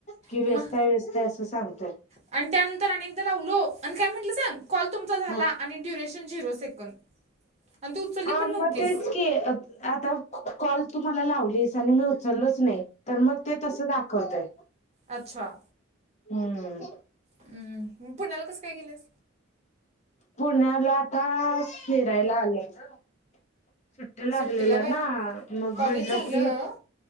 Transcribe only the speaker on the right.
मग
आणि त्यानंतर अनेकदा लावलो आणि काय म्हटलं सांग कॉल तुमचा झाला
आणि ड्युरेशन झिरो सेकंद आणि तू उचलली
पण नव्हतीस
अच्छा
हम्म पुण्याला कसं काय गेलंस
सुट्टीला वय
कॉलेज
झालं